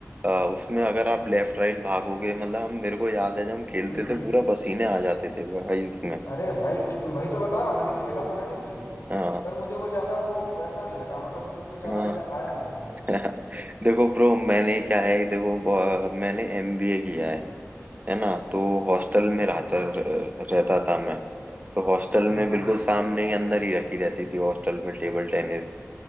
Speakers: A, on the right; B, on the left.
A: आ, उसमें अगर आप लेफ्ट राइट भागोगे मतलब हम मेरे को याद है जब हम खेलते
B: हम्म हम्म
A: थे पूरा पसीने आ जाते थे भाई उसमें
B: अरे भाई खे- भाई तो बता रहा हूँ मैंने खेला तो मैंने भी है
A: हाँ
B: पर मुझे वो ज्यादा वो वैसा नहीं लगा मतलब उसमें कुछ ज्यादा
A: हाँ
B: मजा आया नहीं मुझे
A: <laughs> देखो ब्रो मैंने क्या है देखो ब- मैंने एमबीए किया है है ना तो हॉस्टल में रहता
B: हाँ
A: रहता था मैं तो हॉस्टल
B: हाँ
A: में बिल्कुल सामने ही अंदर ही रखी रहती थी हॉस्टल में टेबल टेनिस